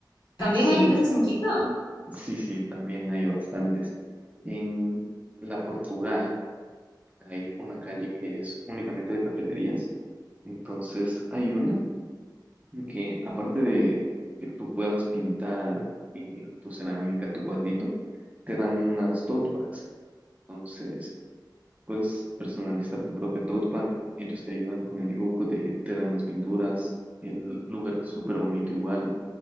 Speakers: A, on the left; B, on the right.
A: También
B: Ah, sí,
A: hay de esas en Quito.
B: sí, sí, también hay bastantes. En la Portugal hay una calle que es únicamente de cafeterías, entonces hay una que aparte de que tú puedas pintar eh, tu cerámica, tu cuadrito, te dan unas tote bags. Entonces... Puedes personalizar tu propia tote bag, ellos te ayudan con el dibujo, te, te dan las pinturas, el lugar es súper bonito igual,